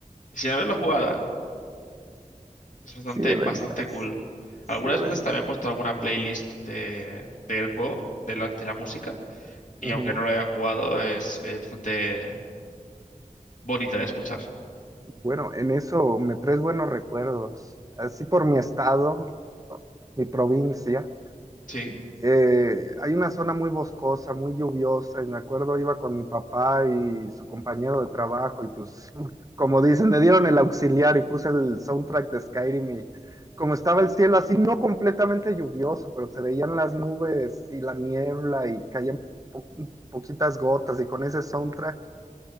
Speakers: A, on the left; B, on the right.
A: Sin haberlo jugado, ¿eh? Es bastante,
B: Sí deberías,
A: bastante cool.
B: sí
A: Algunas
B: deberías.
A: veces también he puesto alguna playlist de, del juego, de la, de la música. Y
B: Ujú.
A: aunque no lo haya jugado, es, es bastante bonita de escuchar.
B: Bueno, en eso me traes buenos recuerdos. Así por mi estado, mi provincia,
A: Sí,
B: eh, hay una zona muy boscosa, muy lluviosa, y me acuerdo iba con mi papá y su compañero de trabajo, y pues, <laughs> como dicen, me dieron el auxiliar y puse el soundtrack de Skyrim y como estaba el cielo así, no completamente lluvioso, pero se veían las nubes y la niebla y caían po- poquitas gotas y con ese soundtrack.